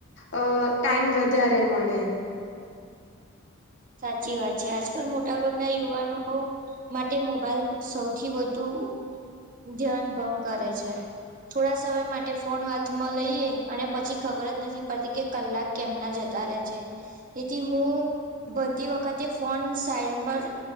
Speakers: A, on the left; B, on the right.
A: અ ટાઈમ વધારે મળે
B: સાચી વાત છે, આજકાલ મોટાભાગના યુવાનો માટે મોબાઈલ સૌથી વધુ ધ્યાન ભંગ કરે છે. થોડા સમય માટે ફોન હાથમાં લઈએ અને પછી ખબર જ નથી પડતી કે કલાક કેમના જતા રહે છે, તેથી હુ બધી વખતે ફોન સાઈડ